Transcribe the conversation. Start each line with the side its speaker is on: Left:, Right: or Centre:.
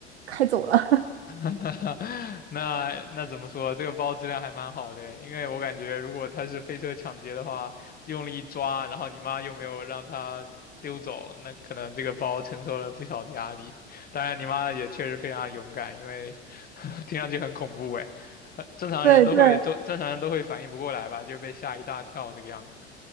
Right: 开走了。<laughs>
Left: <laughs> 那那怎么说？这个包质量还蛮好的，因为我感觉如果他是飞车抢劫的话，用力一抓，然后你妈又没有让他溜走，那可能这个包承受了不小的压力。当然，你妈也确实非常勇敢，因为 <laughs> 听上去很恐怖哎，很正常人都会都正常人都会反应不过来吧，
Right: 对对
Left: 就被吓一大跳这个样子。